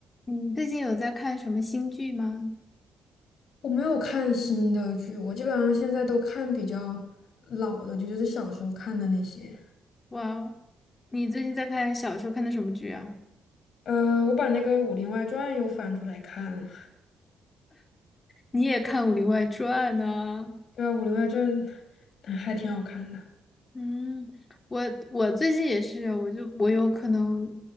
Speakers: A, on the left; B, on the left.
A: 你最近有在看什么新剧吗？
B: 我没有看新的剧，我基本上现在都看比较老的剧，就是小时候看的那些。
A: 哇哦，你最近在看小说，看的什么剧啊？
B: 呃，我把那个《武林外传》又翻出来看了，
A: 你也看《武林外传》呢？
B: 对吧？《武林外传》嗯还挺好看的。
A: 嗯，我我最近也是，我就我有可能